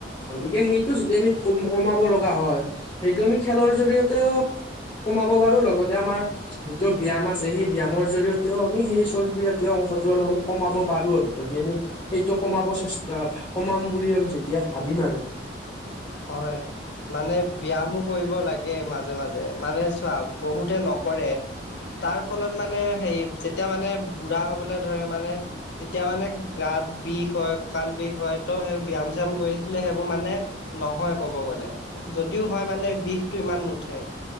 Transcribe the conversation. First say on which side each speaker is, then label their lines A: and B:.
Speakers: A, on the left; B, on the left.
A: গতিকে সেইটো যদি আমি কমাব লগা হয় সেইটো আমি খেলৰ জৰিয়তেও, কমাব পাৰো লগতে আমাৰ- যিটো ব্যায়াম আছে, সেই ব্যায়ামৰ জৰিয়তেও আমি সেই চৰ্বীজাতীয় অংশ অংশ টো আমি কমাব পাৰো আৰু যদি আমি, সেইটো কমাব চেষ্টা কমাম বুলি আৰু যেতিয়া ভাবিম আৰু,
B: হয়- মানে ব্যায়াম কৰিব লাগে মাজে মাজে মানে চোৱা বহুতে নকৰে তাৰ ফলত মানে হেৰি যেতিয়া মানে বুঢ়া হ'বলৈ ধৰে মানে, তেতিয়া মানে গাত বিষ হয়, কঁকাল বিষ হয়, ত সেই ব্যায়াম- চ্যায়াম কৰি থাকিলে সেইবোৰ মানে নহয় ক'ব গ'লে, যদিও হয় মানে বিষটো ইমান নুঠে।